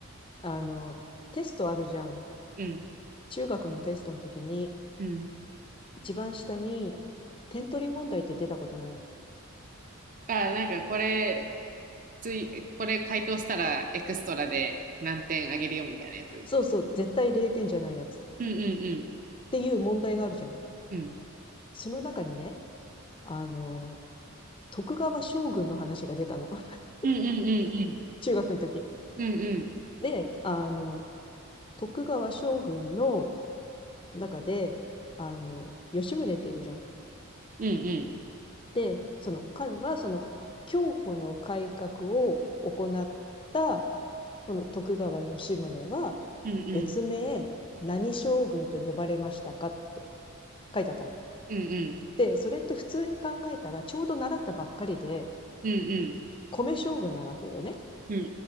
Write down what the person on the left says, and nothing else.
あの、テストあるじゃん。
中学のテストの時に、
一番下に、点取り問題って出たことない。
そうそう、絶対0点じゃないやつ。っ
ていう問題があるじゃない。
その中にね、あの、徳川将軍の話が出たの。<laughs>
中学の時。
で、あの、徳川将軍の中で、あの、吉宗っているじゃん。
で、その、彼はその、競歩の改革を行った、この徳川吉宗は、
別名、何将軍と呼ばれましたかって書いてあったの。
で、それって普通に考えたら、ちょうど習ったばっかりで、
米将軍なわけよね。っ